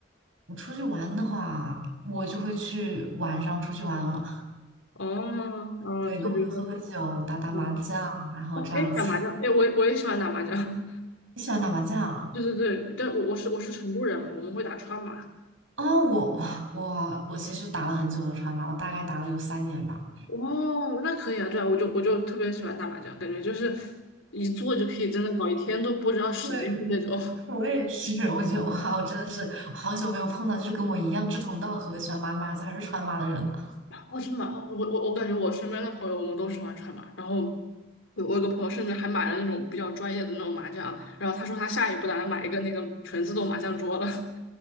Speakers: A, on the right; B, on the left.
A: 我出去玩的话，我就会去晚上出去玩了，
B: 哦，呃，
A: 对，
B: 就比如说，
A: 跟朋友喝喝酒，打打麻将，
B: 嗯，
A: 然后这样子。
B: 哦，哎，打麻将，哎，我也我也喜欢打麻将，
A: 你喜欢打麻将？
B: <laughs> 对对对，但我我是我是成都人嘛，我们会打川麻。
A: 啊，我我我我其实打了很久的川麻，我大概打了有三年吧。
B: 哦，那可以啊，对啊，我就我就特别喜欢打麻将，感觉就是一坐就可以真的搞一天都不知道时间的那种。
A: 对，我也是。<laughs> 我觉得哇，我真的是我好久没有碰到就是跟我一样志同道合、喜欢玩马将还是川马的人了。
B: 哦，真的吗？哦，我我我感觉我身边的朋友，我们都喜欢串嘛。然后我我有个朋友甚至还买了那种比较专业的那种麻将，然后他说他下一步打算买一个那个全自动麻将桌了。<laughs>